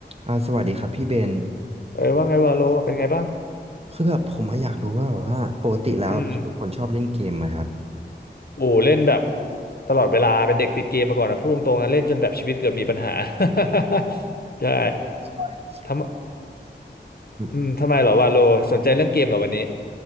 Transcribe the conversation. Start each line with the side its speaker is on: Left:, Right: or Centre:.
Right: อ่าสวัสดีครับพี่เบน
Left: เอ้ยว่าไงวาโลเป็นไงบ้าง
Right: คือแบบผมอะอยากรู้ว่าแบบว่าปกติแล้วพี่เป็นคนชอบเล่นเกมไหมครับ
Left: อืมโอ้เล่นแบบตลอดเวลาเป็นเด็กติดเกมมาก่อนนะพูดตรงๆนะเล่นจนแบบชีวิตเกือบมีปัญหา <laughs> ใช่
Right: ใช่เลยครับ
Left: ทำ
Right: อืม
Left: อืมทำไมเหรอวาโลสนใจเรื่องเกมเหรอวันนี้